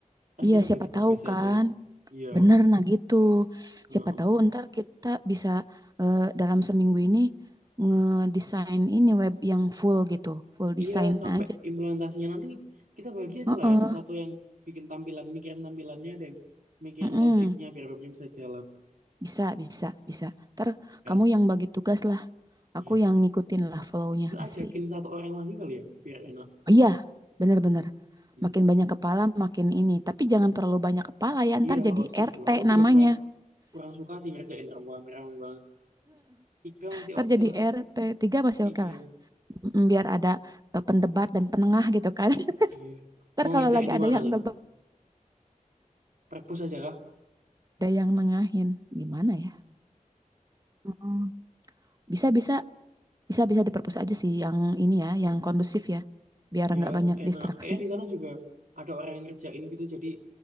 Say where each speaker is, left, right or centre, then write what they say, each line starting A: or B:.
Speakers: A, on the right; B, on the right.
A: Ntar
B: Iya
A: kita
B: siapa
A: bagi tugas
B: tahu kan.
A: aja. Iya.
B: Bener, nah gitu.
A: heeh.
B: Siapa tahu ntar kita bisa eh, dalam seminggu ini ngedesain ini web yang full gitu, full desain
A: Iya sampai
B: aja.
A: implementasinya nanti kita bagi aja
B: Heeh,
A: lah. Ada satu yang bikin tampilan, mikirin tampilannya, ada yang mikirin
B: mm-mm.
A: logiknya biar webnya bisa jalan.
B: Bisa, bisa, bisa. Ntar
A: Gas.
B: kamu yang bagi tugas lah,
A: Iya.
B: aku yang ngikutin lah flow-nya
A: Kita
B: asik.
A: ajakin satu orang lagi kali ya biar enak.
B: Oh iya, bener-bener.
A: Hmm.
B: Makin banyak kepala, makin ini. Tapi jangan terlalu banyak kepala ya,
A: Iya,
B: ntar jadi
A: oh, setuju.
B: RT
A: Aku juga
B: namanya.
A: kurang kurang suka sih ngerjain rame-rame banget. Tiga masih
B: Ntar
A: oke
B: jadi
A: lah.
B: RT tiga masih
A: Iya.
B: oke lah. Mm, Biar ada eh, pendebat dan penengah gitu kan. <laughs>
A: Iya.
B: Ntar
A: Mau ngerjain
B: kalau lagi
A: di
B: ada
A: mana
B: yang
A: nih?
B: debat
A: Perpus aja kah?
B: ada yang nengahin gimana ya Mm, bisa bisa bisa bisa diperpus aja sih yang ini ya yang kondusif ya biar
A: Ya,
B: nggak banyak
A: enak.
B: distraksi
A: Kayaknya di sana juga ada orang yang ngerjain gitu, jadi